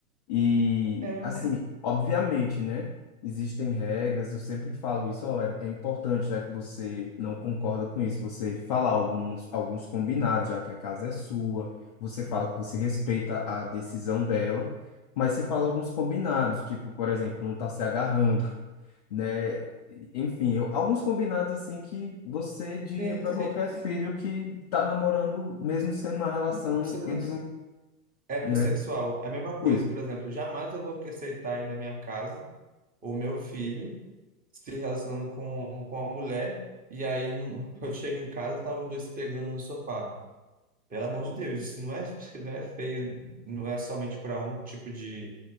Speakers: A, on the left (about 30°); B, on the right (about 20°).
A: E
B: É,
A: assim, obviamente, né? Existem regras, eu sempre falo isso, ó, é, é importante, já que você não concorda com isso, você falar alguns, alguns combinados, já que a casa é sua você fala que você respeita a decisão dela, mas você fala alguns combinados, tipo, por exemplo, não tá se agarrando, <laughs> né? Enfim, eu- alguns combinados assim que você diria
B: sim,
A: para
B: sim.
A: qualquer filho que tá namorando, mesmo sendo uma relação
B: Você-
A: entre, um-
B: Heterossexual,
A: né?
B: é a mesma coisa,
A: Isso.
B: por exemplo, jamais eu vou aceitar ir na minha casa o meu filho se relacionando com, com a mulher, e aí não- <laughs> eu chego em casa e tá os dois se pegando no sofá. Pelo amor de Deus, isso não é, <laughs> não é feio, não é somente para um tipo de,